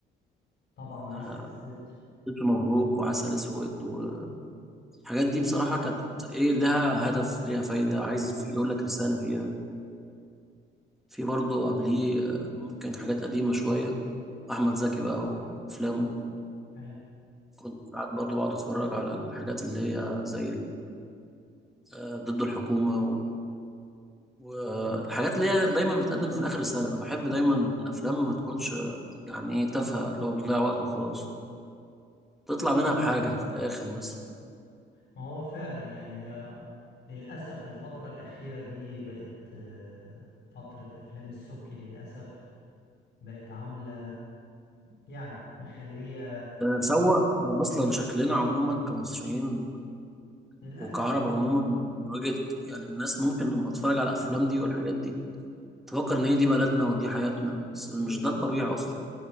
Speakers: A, on the left; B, in the centre.
A: طبعا عسل
B: آه،
A: أسود
B: الف مبروك وعسل اسود والحاجات دي بصراحه كانت ايه لها هدف ليها فايده عايز يقول لك رساله فيها في برضه قبليه آه، ممكن حاجات قديمه شويه احمد زكي بقى وافلامه
A: أيوة
B: كنت ساعات برضه بقعد اتفرج على الحاجات اللي هي زي ال- آه، ضد الحكومه والحاجات اللي هي دايما بتقدم في الاخر رساله انا بحب دايما الافلام ما تكونش يعني ايه تافهه اللي هو بتضيع وقت وخلاص تطلع منها بحاجه في الاخر مثلا
A: ما هو فعلا يعني هي للأسف الفترة الأخيرة دي بقت آه، فترة أفلام السبكي للأسف بقت عاملة يعني مخلية
B: تسوق اصلا شكلنا عموما كمصريين
A: للأسف
B: وكعرب عموما من وجهه يعني الناس ممكن لما تتفرج على الافلام دي والحاجات دي تفكر ان هي دي بلدنا ودي حياتنا بس مش
A: بالظبط
B: ده الطبيعي اصلا